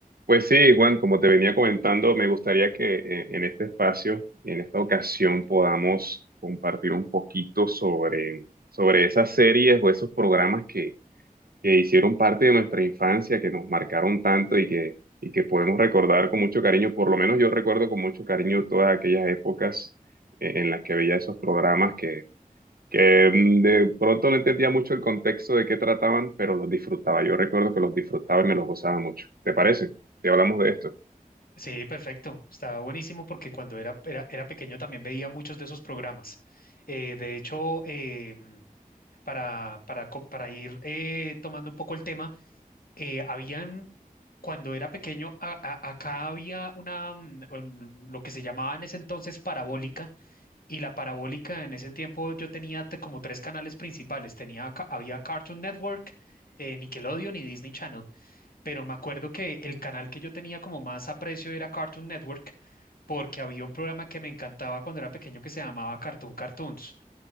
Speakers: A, on the right; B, on the left.
A: Pues sí, Juan, como te venía comentando, me gustaría que eh, en este espacio, en esta ocasión, podamos compartir un poquito sobre, sobre esas series o esos programas que, que hicieron parte de nuestra infancia, que nos marcaron tanto y que, y que podemos recordar con mucho cariño. Por lo menos yo recuerdo con mucho cariño todas aquellas épocas eh, en las que veía esos programas que, que mm, de pronto no entendía mucho el contexto de qué trataban, pero los disfrutaba. Yo recuerdo que los disfrutaba y me los gozaba mucho. ¿Te parece? Si hablamos de esto.
B: Sí, perfecto. Estaba buenísimo porque cuando era, era, era pequeño también veía muchos de esos programas. Eh, de hecho, eh, para, para, co- para ir eh, tomando un poco el tema, eh, habían, cuando era pequeño, a- a- acá había una, mm, un- lo que se llamaba en ese entonces parabólica, y la parabólica en ese tiempo yo tenía te- como tres canales principales. Tenía, ca- había Cartoon Network, eh, Nickelodeon y Disney Channel pero me acuerdo que el canal que yo tenía como más aprecio era Cartoon Network, porque había un programa que me encantaba cuando era pequeño que se llamaba Cartoon Cartoons.